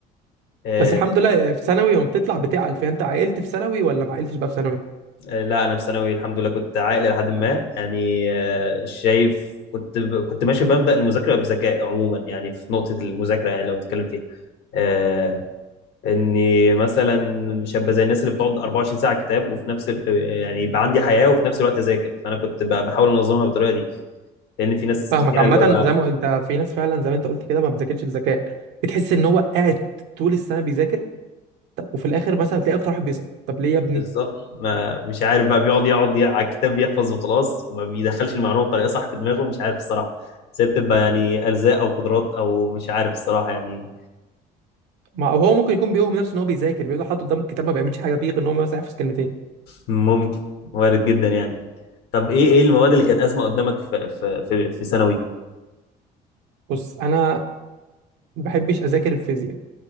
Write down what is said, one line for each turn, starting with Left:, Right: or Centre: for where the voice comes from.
Left: امم
Right: بس الحمد لله في ثانوي لما بتطلع بتعقل فيها انت عقلت في ثانوي ولا ما عقلتش بقى في ثانوي
Left: آه، لا انا في ثانوي الحمد لله كنت عاقل لحد ما يعني آه، شايف كنت ب... كنت ماشي بمبدأ المذاكره بذكاء عموما يعني في نقطه المذاكره يعني لو تتكلم فيها آه اني مثلا مش هبقى زي الناس اللي بتقعد 24 ساعه كتاب وفي نفس ال... يعني يبقى عندي حياه وفي نفس الوقت اذاكر فانا كنت ب- بحاول انظمها بالطريقه دي لان في ناس
Right: فاهمك
Left: كتيره
Right: عامه
Left: اللي هو
Right: زي ما انت في ناس فعلا زي ما انت قلت كده ما بتذاكرش بذكاء بتحس ان هو قاعد طول السنه بيذاكر طب وفي الاخر مثلا تلاقي اكتر واحد بيسقط طب ليه يا ابني
Left: بالظبط ما مش عارف بقى بيقعد يقعد ي- على الكتاب يحفظ وخلاص وما بيدخلش المعلومه بطريقه صح في دماغه مش عارف الصراحه بس هي بتبقى يعني ارزاق او قدرات او مش عارف الصراحه يعني
Right: ما او هو ممكن يكون بيوهم نفسه ان هو بيذاكر بيقعد حاطط قدام الكتاب ما بيعملش حاجه بيه غير ان هو مثلا يحفظ كلمتين
Left: ممكن وارد جدا يعني طب ايه ايه المواد اللي كانت ازمه قدامك في في في, في ثانوي
Right: بص انا ما بحبش اذاكر الفيزياء